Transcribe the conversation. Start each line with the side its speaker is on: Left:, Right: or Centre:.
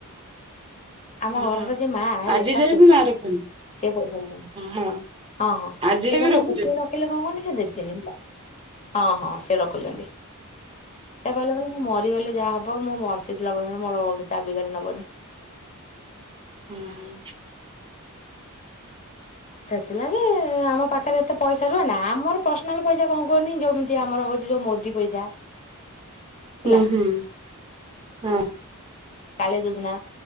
Left: ଆମ ଘରର
Right: ଓହୋ
Left: ଯିଏ ମାଁ ହେଲେ
Right: ଆଜି
Left: ଶାଶୁ
Right: ଯାଏ ବି ମା ରଖନ୍ତି।
Left: ସେ <unintelligible>
Right: ହଁ
Left: ହଁ ହଁ
Right: ଆଜି
Left: ସିଏ
Right: ଯାଏ ବି
Left: ରଖନ୍ତି
Right: ରଖୁଛନ୍ତି
Left: ସିଏ ରଖିଲେ କଣ କହନି ଦେବେନି ହେଲା ହଁ ହଁ ସେ ରଖୁଛନ୍ତି।
Right: ହ <unintelligible>
Left: ସେ କହିଲେ କ ମୁଁ ମରିଗଲେ ଯାହା ହବ ମୁଁ ବଞ୍ଚିଥିଲା ପର୍ଯ୍ୟନ୍ତ ମୋର କିଏ ଚାବିକାଠି ନବନି।
Right: ହୁଁ ହୁଁ।
Left: ସେଥିଲାଗି ଆମ ପାଖରେ ଏତେ ପଇସା ରୁହେ ନା ଆମର ପର୍ସନାଲ ପଇସା କଣ କୁହନି ଯୋଉମିତି ଆମର ହଉଛି ଯୋଉ ମୋଦି ପଇସା ହେଲା
Right: ହୁଁ ହୁଁ ହଁ।
Left: କାଳିଆ ଯୋଜନା,